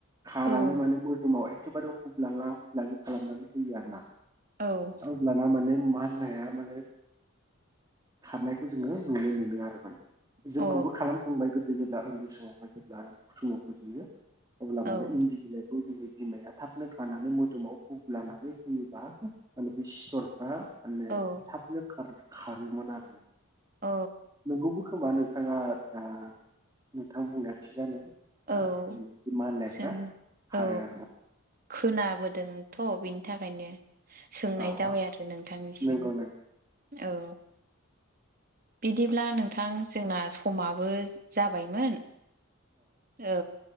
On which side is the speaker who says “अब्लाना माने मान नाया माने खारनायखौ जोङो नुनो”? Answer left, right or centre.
Right